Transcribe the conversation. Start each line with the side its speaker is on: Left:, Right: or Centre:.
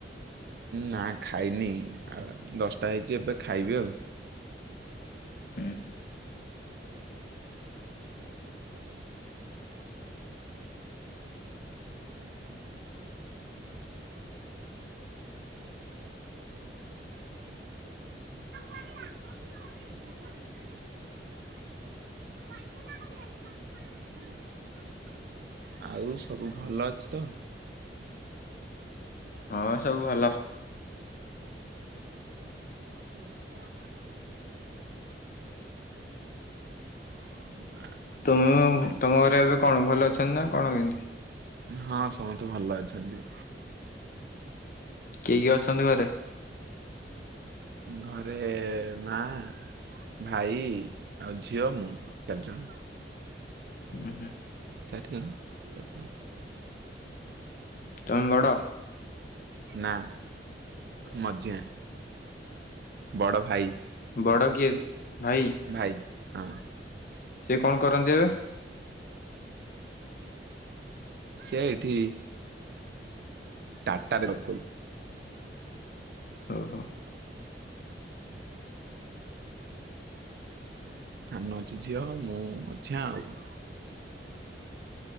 Right: ନା ଖାଇନି ଆଉ ଦଶଟା ହେଇଚି ଏବେ ଖାଇବି ଆଉ।
Left: ହୁଁ
Right: <unintelligible> ଆଉ ସବୁ ଭଲ ଅଛି ତ
Left: ହଁ ସବୁ ଭଲ
Right: <unintelligible> ହ
Left: ତୁମ ତମ ଘରେ ଏବେ କଣ ଭଲ ଅଛନ୍ତି ନା କଣ କେମତି?
Right: ହଁ ସମସ୍ତେ ଭଲ ଅଛନ୍ତି।
Left: କିଏ କିଏ ଅଛନ୍ତି ଘରେ?
Right: ଘରେ ମା ଭାଇ ଆଉ ଝିଅ ମୁଁ ଚାରଜଣ
Left: ହୁଁ ହୁଁ।
Right: ଚାରିଜଣ।
Left: ତମେ ବଡ଼?
Right: ନା ମଝିଆଁ ବଡ଼ ଭାଇ
Left: ବଡ଼ କିଏ ଭାଇ?
Right: ଭାଇ ହଁ।
Left: ସେ କଣ କରନ୍ତି ଏବେ?
Right: ସେ ଏଠି ଟାଟାରେ <inaudible>
Left: ଓହୋ ହୋ।
Right: ସାନ ଅଛି ଝିଅ ମୁଁ ମଝିଆ ଆଉ